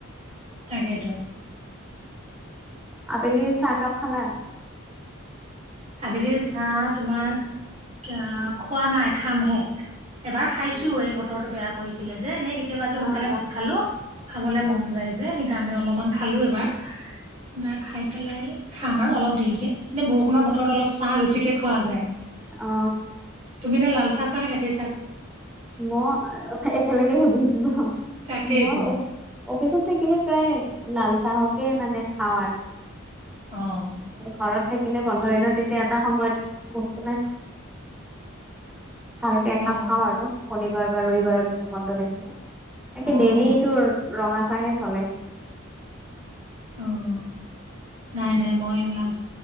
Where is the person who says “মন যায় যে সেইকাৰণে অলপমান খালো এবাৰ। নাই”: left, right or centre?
Right